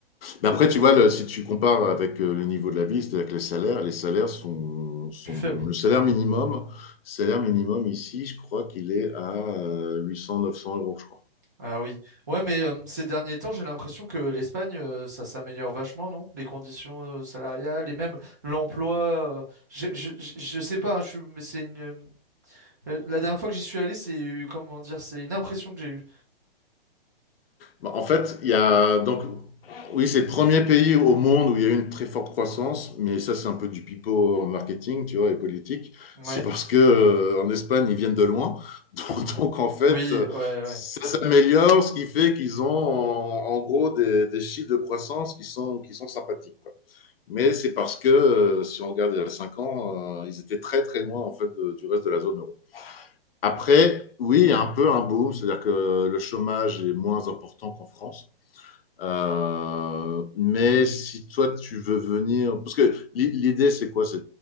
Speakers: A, on the left; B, on the right.
A: Mais après, tu vois, le- si tu compares avec euh, le niveau de la vie, c'est-à-dire que les salaires, les salaires sont, sont-
B: Plus faible.
A: le salaire minimum, salaire minimum ici, je crois qu'il est à euh, huit cents, neuf cents euros, je crois.
B: Ah oui. Ouais, mais euh, ces derniers temps, j'ai l'impression que l'Espagne, euh, ça s'améliore vachement, non? Les conditions euh, salariales et même l'emploi. euh, je, je, je je sais pas, hein, je, suis- mais c'est une, Euh, La dernière fois que j'y suis allé, c'est, euh, comment dire, c'est une impression que j'ai eue.
A: Bah, en fait, il y a donc, oui, c'est le premier pays au monde où il y a eu une très forte croissance, mais ça, c'est un peu du pipeau en marketing, tu vois, et politique.
B: Ouais.
A: C'est parce que euh, en Espagne, ils viennent de loin, <laughs> donc, donc, en fait,
B: Oui,
A: euh,
B: ouais, ouais.
A: ça s'améliore, ce qui fait qu'ils ont en, en gros des, des chiffres de croissance qui sont qui sont sympathiques. quoi. mais c'est parce que, euh, si on regarde il y a 5 ans, euh, ils étaient très très loin en fait de- du reste de la zone euro. Après, oui, il y a un peu un boom, c'est-à-dire que le chômage est moins important qu'en France. Euh, mais si toi tu veux venir, parce que l'idée c'est quoi? C'est